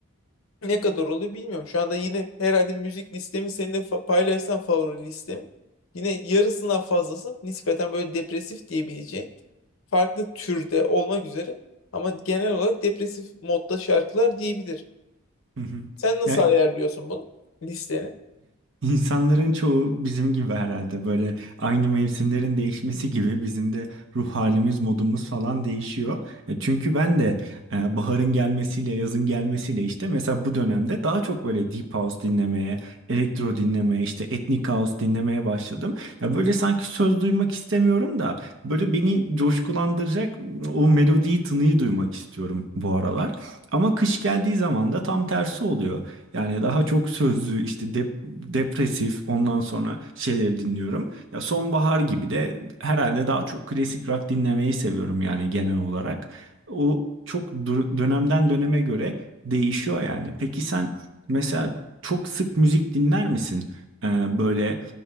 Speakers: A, on the left (about 80°); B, on the right (about 65°).
A: Ne kadar olur bilmiyorum. Şu anda yine herhalde müzik listemi seninle fa- paylaşsam favori listemi. Yine yarısından fazlası nispeten böyle depresif diyebileceğin farklı türde olmak üzere ama genel olarak depresif modda şarkılar diyebilir.
B: Hı hı.
A: Sen nasıl
B: Ya
A: ayarlıyorsun bunu listeni?
B: İnsanların çoğu bizim gibi herhalde böyle aynı mevsimlerin değişmesi gibi bizim de ruh halimiz, modumuz falan değişiyor. E, çünkü ben de e, baharın gelmesiyle, yazın gelmesiyle işte mesela bu dönemde daha çok böyle deep house dinlemeye, elektro dinlemeye, işte ethnic house dinlemeye başladım. Ya böyle sanki söz duymak istemiyorum da böyle beni coşkulandıracak o melodiyi, tınıyı duymak istiyorum bu aralar. Ama kış geldiği zaman da tam tersi oluyor. Yani daha çok sözlü işte dep- depresif ondan sonra şeyleri dinliyorum. Ya sonbahar gibi de herhalde daha çok klasik rock dinlemeyi seviyorum yani genel olarak. O çok dur- dönemden döneme göre değişiyor yani. Peki sen mesela çok sık müzik dinler misin? Ee, böyle